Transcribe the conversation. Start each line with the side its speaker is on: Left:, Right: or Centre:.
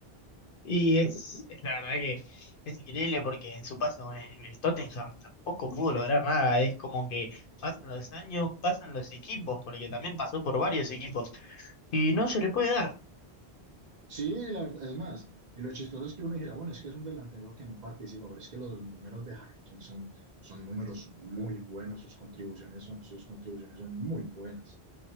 Left: Y es, es la verdad que es increíble porque en su paso en el Tottenham tampoco pudo lograr nada. Es como que pasan los años, pasan los equipos, porque también pasó por varios equipos Y no se le puede dar.
Right: Sí, la verdad, es más, y lo chistoso es que uno dijera, bueno, es que es un delantero que no participa, pero es que los números de Harry Kane son, son números muy buenos, sus contribuciones son, sus contribuciones son muy buenas.